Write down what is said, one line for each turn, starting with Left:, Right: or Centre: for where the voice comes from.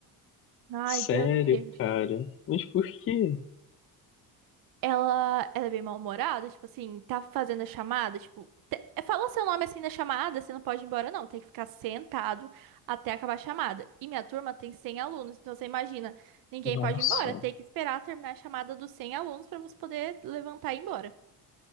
Right: Ai,
Left: Sério,
Right: Deus me livre.
Left: cara. Mas por quê?
Right: Ela, ela é bem mal-humorada, tipo assim, tá fazendo a chamada, tipo, te- falou seu nome assim na chamada, você não pode ir embora, não, tem que ficar sentado até acabar a chamada. E minha turma tem 100 alunos, então você imagina, ninguém
Left: Nossa.
Right: pode ir embora, tem que esperar terminar a chamada dos 100 alunos pra você poder levantar e ir embora.